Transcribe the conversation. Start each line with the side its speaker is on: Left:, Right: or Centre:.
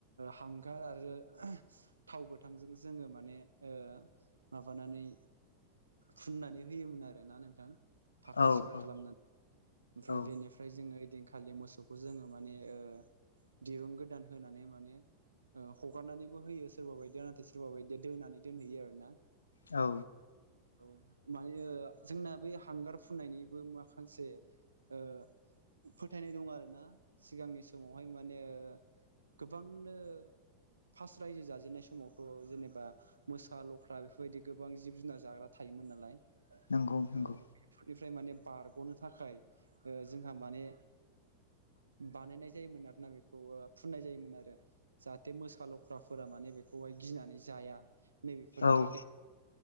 Right: हांगार आरो। थाव गोथांजों जोङो माने ओ माबानानै फुननानै होयोमोन आरोना नोंथां। फाख्रा
Left: औ
Right: सिख्रा
Left: औ
Right: खालामनानै ओमफ्राय
Left: औ
Right: बेनिफ्राय जोङो ओइदिनखालि मोसौखौ जोङो माने ओ दिरुं गोदान होनानै माने ओ हगारनानैबो होयो सोरबा बायदिया नाथाय सोरबा बायदिया दोनानै दोनहैयो आरो ना।
Left: औ
Right: औ माने जोंना बे हांगार फुननायनिबो माखासे ओ फोथायनाय दं आरोना सिगांनि समावहाय मा माने गोबांनो फास्ट रायजो जाजेननाय समावथ' जेनेबा मोसा लख्रा बेफोरबायदि गोबां जिब जुनार जाग्रा थायोमोन नालाय
Left: नंगौ नंगौ
Right: औ बेफोरनिफ्राय माने बारग'नो थाखाय जोंहा माने बानायनाय जायोमोन ना बेखौ फुननाय जायोमोन आरो। जाहाथे मोसा लख्राफोरा माने बेखौहाय गिनानै जाया नैबेफोरनि
Left: औ
Right: थाखाय